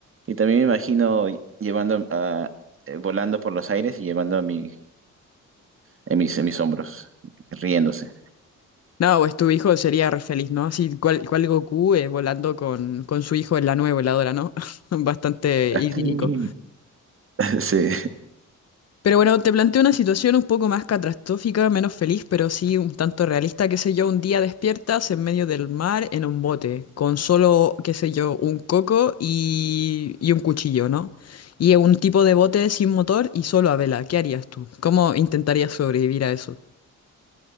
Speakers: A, on the right; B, on the left.
A: y también me imagino llevando a, eh, volando por los aires y llevando a mi, en mis, en mis hombros, riéndose.
B: No, pues tu hijo sería re feliz, ¿no? Así cual, cual Goku eh, volando con, con su hijo en la nueva voladora, ¿no? <laughs> Bastante idílico.
A: Sí. <laughs> Sí.
B: Pero bueno, te planteo una situación un poco más catastrófica, menos feliz, pero sí un tanto realista. Qué sé yo, un día despiertas en medio del mar en un bote, con solo, qué sé yo, un coco y, y un cuchillo, ¿no? Y un tipo de bote sin motor y solo a vela. ¿Qué harías tú? ¿Cómo intentarías sobrevivir a eso?